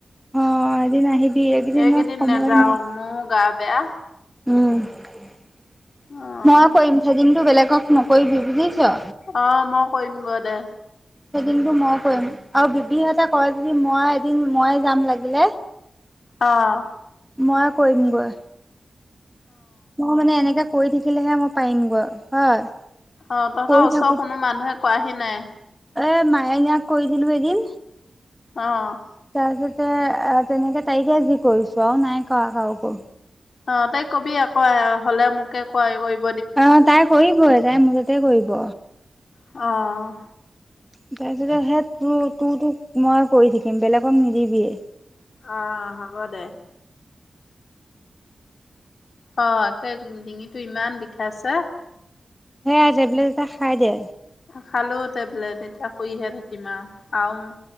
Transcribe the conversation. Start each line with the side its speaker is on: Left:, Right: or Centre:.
Centre: অ' এদিন আহিবি, এইকেইদিনত
Left: এইকেইদিন
Centre: সময়
Left: নেযাও
Centre: নাই।
Left: মোৰো গা বেয়া।
Centre: উম।
Left: অ'।
Centre: ময়ে কৰিম। থ্ৰেডিংটো বেলেগক নকৰিবি বুজিছ?
Left: অ', মই কৰিম গৈ দে।
Centre: থ্ৰেডিংটো ময়ে কৰিম আৰু বিবিহঁতে কৰে যদি মই এদিন মই যাম লাগিলে
Left: অ'।
Centre: ময়ে কৰি দিম গৈ। অ' মানে এনেকে কৰি থাকিলেহে মই পাৰিমগৈ, হয়?
Left: অ' তহতৰ
Centre: কৰি
Left: ওচৰ
Centre: থাকো
Left: কোনো মানুহে কোৱাহি নাই।
Centre: এ মায়নীয়োক কৈ দিলো এদিন।
Left: অ'।
Centre: তাৰপিছতে অ' তেনেকে, তাইকে যি কৰিছো আৰু নাই কৰা কাকো।
Left: অ তাইক কবি আকৌ হলে মোকে ক কৰি
Centre: অ, তাই কৰি <unintelligible> মোৰ তাতে কৰিব।
Left: অ',
Centre: <unintelligible> তেতিয়া হে তোৰ-তোৰ তোক মই কৰি থাকিম বেলেগক নিদিবিয়ে।
Left: অ, হ'ব দে। অ, একে ডিঙি -ডিঙিটো ইমান বিষাইছে।
Centre: সেয়া টেবলেট এটা খাই দে।
Left: খালো টেবলেট এতিয়া শুইহে থাকিম আৰু - আৰু